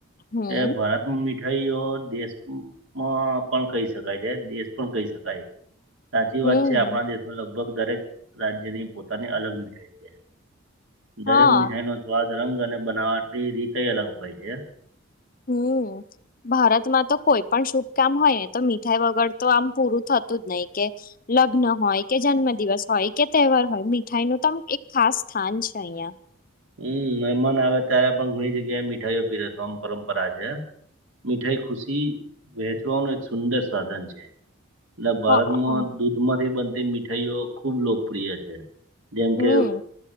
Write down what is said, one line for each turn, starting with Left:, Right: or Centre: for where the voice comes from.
Left: હમ
Right: એ ભારતમાં મિ મિઠાઈઓ દેશ માં પણ કઈ શકાય, જ્યારે દેશ પણ કઈ શકાય. સાચી
Left: હમ
Right: વાત છે, આપડા દેશમાં લગભગ દરેક રાજ્યની પોતાની અલગ મીઠાઈ છે. દરેક
Left: હા
Right: મીઠાઈનો સ્વાદ, રંગ અને બનાવટની રીતય અલગ હોય છે.
Left: હમ, ભારતમાં તો કોઈ પણ શુભકામ હોય ને તો મીઠાઈ વગર તો આમ પૂરું થ અતુ જ નઈ કે લગ્ન હોય કે, જન્મ દિવસ હોય કે, તહેવાર હોય મીઠાઈનું તમ એક ખાસ સ્થાન છે અહીંયા
Right: હમ, મહેમાન આવે ત્યારે પણ ઘણી જગ્યાએ મીઠાઈઓ પીરસવામ પરંપરા છે. મીઠાઈ ખુશી વહેચવાનું એક સુંદર સાધન છે. ના, ભારતમાં
Left: હ અ
Right: દૂધમાંથી બનતી મીઠાઈઓ ખુબ લોકપ્રિય છે. જેમ
Left: હમ
Right: કે,